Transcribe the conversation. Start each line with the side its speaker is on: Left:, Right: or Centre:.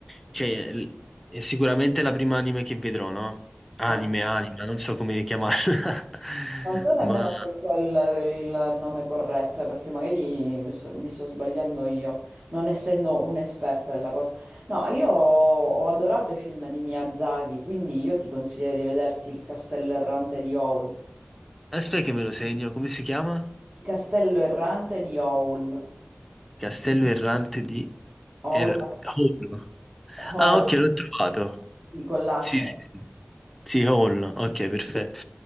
Centre: cioè, l- è sicuramente la prima anime che vedrò, no? Anime,
Right: ah.
Centre: anima, non so come chiamarla. <laughs>
Right: Non so nemmeno
Centre: Ma
Right: se è quel il nome corretto, eh, perché magari so- mi sto sbagliando io, non essendo un'esperta della cosa. No, io ho ho adorato i film di Miyazaki, quindi io ti consiglio di vederti Il Castello Errante di Howl.
Centre: aspetta che me lo segno, come si chiama?
Right: Il Castello Errante di Howl.
Centre: Castello errante di
Right: Howl,
Centre: Er... Hollow.
Right: Howl,
Centre: Ah, ok, l'ho trovato.
Right: sì, con l'H.
Centre: Sì, sì, sì. Sì, Hall, ok, perfetto.